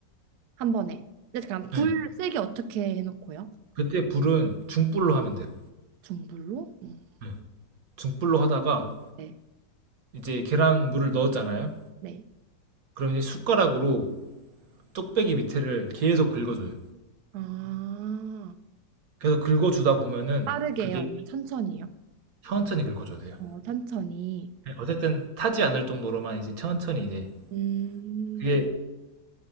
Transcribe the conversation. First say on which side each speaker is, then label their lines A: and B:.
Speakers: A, on the right; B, on the right.
A: 한 번에. 근데 잠깐 불
B: 네.
A: 세게 어떻게 해놓고요?
B: 그때 불은 중불로 하면 돼요.
A: 중불로? 음,
B: 네. 중불로 하다가
A: 네.
B: 이제 계란 물을 넣었잖아요.
A: 네.
B: 그럼 이제 숟가락으로 쪽배기 밑에를 계속 긁어줘요.
A: 아.
B: 계속 긁어주다 보면은
A: 빠르게요?
B: 그게
A: 아니면 천천히요?
B: 천천히 긁어줘야 돼요.
A: 어, 천천히.
B: 네. 어쨌든 타지 않을 정도로만 이제 천천히 이제
A: 음,
B: 그게